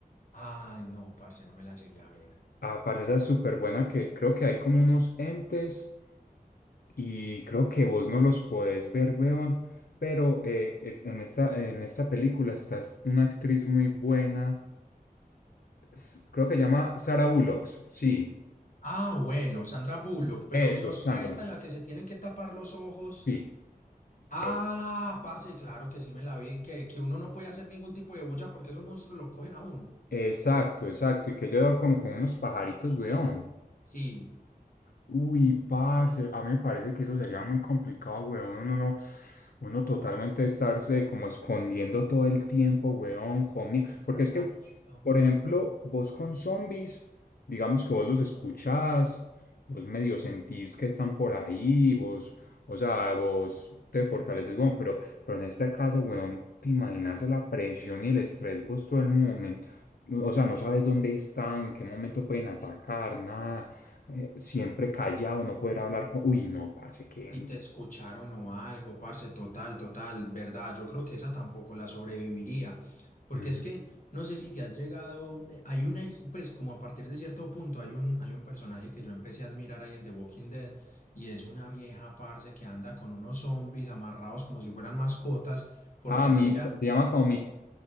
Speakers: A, on the left; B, on the left.
A: Ay, no, parce, no me la llegué a ver.
B: Ah, parce, esa es súper buena que creo que hay como unos entes y creo que vos no los podés ver, weón. Pero eh, es- en esta, en esta película está una actriz muy buena. S- Creo que se llama Sara Bullock sí.
A: Ah, bueno, Sandra Bullock, pero
B: Eso,
A: ¿no
B: Sandra.
A: será esta en la que se tienen que tapar los ojos?
B: Sí.
A: Ah,
B: Eh,
A: parce, claro que sí me la vi, que, que uno no puede hacer ningún tipo de bulla porque esos monstruos lo cogen a uno.
B: Exacto, exacto. Y que yo como con unos pajaritos, weón.
A: Sí,
B: Uy, parce, a mí me parece que eso sería muy complicado, weón. Uno no, uno totalmente estarse como escondiendo todo el tiempo, weón, comi-
A: y calladito.
B: Porque es que, por ejemplo, vos con zombies, digamos que vos los escuchás, vos medio sentís que están por ahí, vos, o sea, vos te fortaleces, weón, pero, pero en este caso, weón, te imaginas la presión y el estrés vos todo el momento. O sea, no sabes dónde están, en qué momento pueden atacar,
A: sí.
B: nada eh, siempre callado, no poder hablar con... Uy, no, parce, qué
A: Y
B: miedo.
A: te escucharon o algo, parce, total, total, verdad. Yo creo que esa tampoco la sobreviviría, porque
B: Ujú.
A: es que no sé si te has llegado, eh, hay una, es- pues como a partir de cierto punto hay un, hay un personaje que yo empecé a admirar ahí en The Walking Dead y es una vieja, parce, que anda con unos zombies amarrados como si fueran mascotas, porque
B: Ah,
A: así
B: mi...
A: ella
B: se llama como